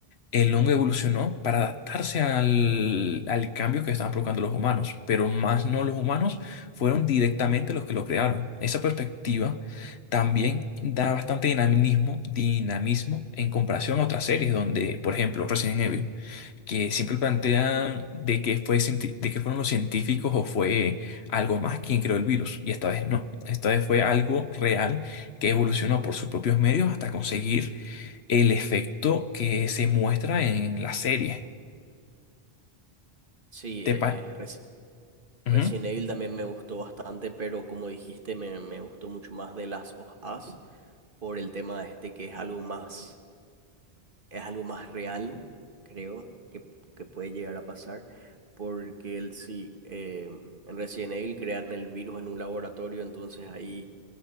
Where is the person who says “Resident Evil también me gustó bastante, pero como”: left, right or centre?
Right